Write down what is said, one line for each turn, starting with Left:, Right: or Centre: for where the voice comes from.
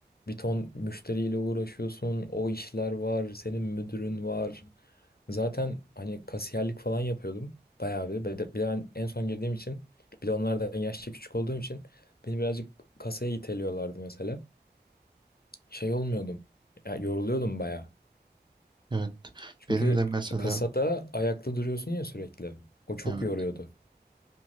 Left: bir ton müşteriyle uğraşıyorsun, o işler var, senin müdürün var. Zaten hani kasiyerlik falan yapıyordum bayağı bir. Bir de bir de ben en son girdiğim için bir de onlardan yaşça küçük olduğum için beni birazcık kasaya iteliyorlardı mesela şey olmuyordum. Ya yoruluyordum baya.
Right: evet
Left: Çünkü
Right: benim de mesela
Left: kasada ayakta duruyorsun ya sürekli. O çok
Right: evet
Left: yoruyordu.